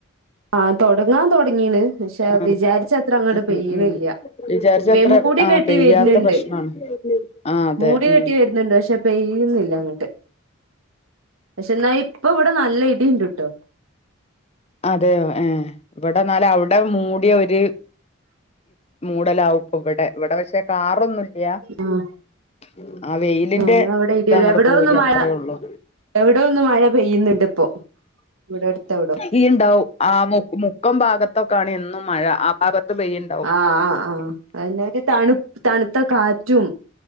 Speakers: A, on the right (about 85°); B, on the left (about 30°).
A: ആഹ തുടങ്ങാൻ തുടങ്ങീണ് പക്ഷെ
B: ആഹ്
A: വിചാരിച്ചത്ര അങ്ങോട്ട
B: ഉം
A: പെയനല്ലമൂടി
B: ഉം വിചാരിച്ചത്ര ആഹ്
A: കെട്ടി
B: പെയ്യാത്ത
A: കട്ടി വരുന്നുണ്ട്
B: പ്രശ്നാണ് ആഹ് അതെ
A: മൂടി
B: ഉം
A: കെട്ടി വരുന്നുണ്ട് പക്ഷെ പെയ്യുന്നില്ല അങ്ങോട്ട് പക്ഷെ എന്നാ ഇപ്പ ഇവിടെ നല്ല ഇടുണ്ട്ട്ടോ
B: അതെയ ഏ് ഇവിടെ എന്നാലും അവിടെ മൂടിയ ഒരു മൂടലാവപ്പ ഇവിടെ ഇവിടെ പക്ഷേ കാ അറൊന്നുംല്ല
A: ആഹ്
B: ഉ ആ വെയിലിന്റെ
A: ഏഹ് അവിടെ ഇടിയുണ്ട്
B: ഇത അങ്ങോട്ട
A: എവിടോ
B: പോയി
A: ഒന്ന് മഴ
B: അത്രേ ഉള്ളു
A: എവിടോ ഒന്ന് മഴ പെയ്യുന്നുണ്ട് ഇപ്പൊ ഇവിടെ അടുത്തവിട
B: ഈ ആ മുക്കം ഭാഗത്തൊക്കാണ് എന്നും മഴ ആ ഭാഗത്ത് പെയ്യുണ്ടാവും
A: ആഹ് ആഹ് ആഹ് അതിന്റെ ഒരു തണു തണുത്ത കാറ്റും